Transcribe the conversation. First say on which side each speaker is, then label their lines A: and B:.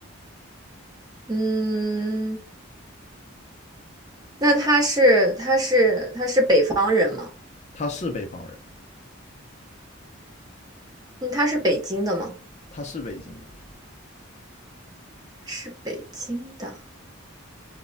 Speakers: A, on the right (about 20°); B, on the left (about 30°).
A: 嗯，那他是他是他是北方人吗？
B: 他是北方人，
A: 嗯，他是北京的吗？
B: 他是北京的，
A: 是北京的，